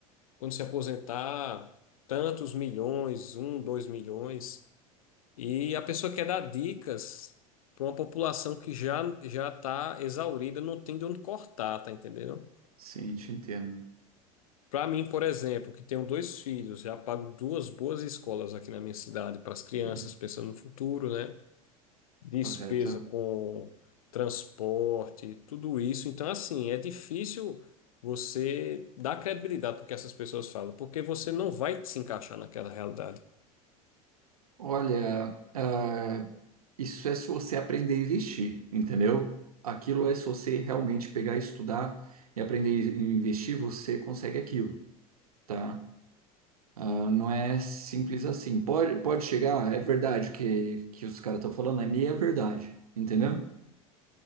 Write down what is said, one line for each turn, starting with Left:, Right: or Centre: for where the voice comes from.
Left: quando se aposentar, tantos milhões, um, dois milhões. E a pessoa quer dar dicas para uma população que já já está exaurida, não tem de onde cortar, tá entendendo?
Right: sim, te entendo.
Left: Para mim, por exemplo, que tenho dois filhos, já pago duas boas escolas aqui na minha cidade para as crianças,
Right: Hum,
Left: pensando no futuro, né? Despesa
Right: correto.
Left: com transporte, tudo isso. Então, assim, é difícil você dar credibilidade para o que essas pessoas falam, porque você não vai se encaixar naquela realidade.
Right: Olha, ah, Isso é se você aprender a investir, entendeu? Aquilo é se você realmente pegar, estudar e aprender a investir, você consegue aquilo, tá? Ah, não é simples assim. Pode, pode chegar, ah, é verdade o que, que os caras estão falando, é meia verdade, entendeu?